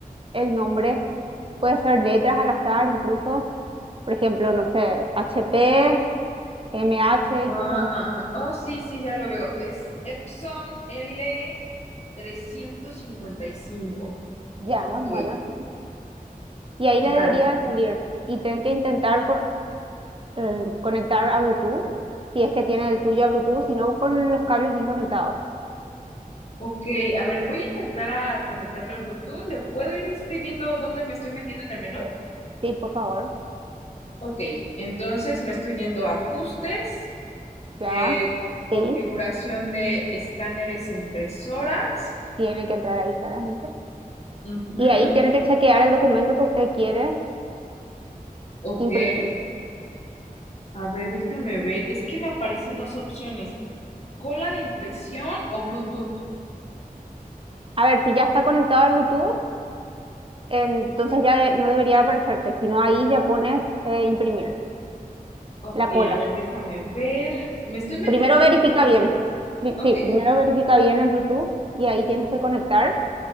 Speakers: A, on the right; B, on the left.
A: el nombre. Puede ser letras al azar, incluso, por ejemplo, no sé, HP, MH
B: Ah,
A: y cosas así.
B: ah, ah, oh, sí, sí, ya lo veo. Es Epson l trescientos cincuenta y cinco
A: Ya,
B: Ok,
A: bueno, sí. Y ahí le
B: vale.
A: debería de salir. Y tienen que intentar eh, conectar a Bluetooth, si es que tiene el tuyo a Bluetooth, si no con los cables bien conectados.
B: Ok, a ver, voy a intentar a conectarlo al Bluetooth. ¿Le puedo ir describiendo dónde me estoy metiendo en el menú?
A: Sí, por favor,
B: Ok, entonces me estoy yendo a ajustes,
A: ya,
B: eh, configuración
A: sí,
B: de escáneres e impresoras.
A: tiene que entrar ahí claramente.
B: Ujú,
A: Y ahí tiene que chequear el documento que usted quiere
B: ok,
A: imprimir.
B: a ver, déjeme ver. Es que me aparecen dos opciones, cola de impresión o Bluetooth.
A: A ver, si ya está conectado al Bluetooth, entonces ya de- no debería aparecerte, sino ahí ya pones eh, imprimir,
B: Ok,
A: la cola.
B: a ver, déjame ver. ¿Me estoy metiendo
A: Primero
B: a Bluetooth?
A: verifica bien. Pri-
B: Ok,
A: Sí, primero verifica bien el Bluetooth y ahí tienes que conectar.